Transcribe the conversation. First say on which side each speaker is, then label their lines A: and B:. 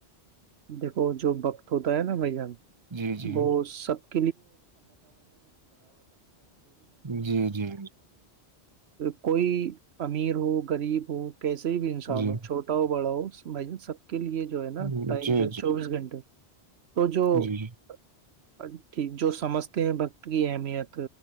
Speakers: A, on the right; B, on the right.
A: دیکھو جو وقت ہوتا ہے نا بھ جان
B: جی جی
A: وہ سب <inaudible>
B: جی جی
A: کوئی امیر ہو غریب ہو کیسے بھی انسان
B: جی
A: ہو چھوٹ ہٹاؤ بڑاؤ بھ سب کے لیے جو ہے
B: جی
A: نا ٹائم جو ہے چوبیس گھنٹے تو جوٹھیک
B: جی جی
A: جو سمجھتے ہیں وقت کی اہمیت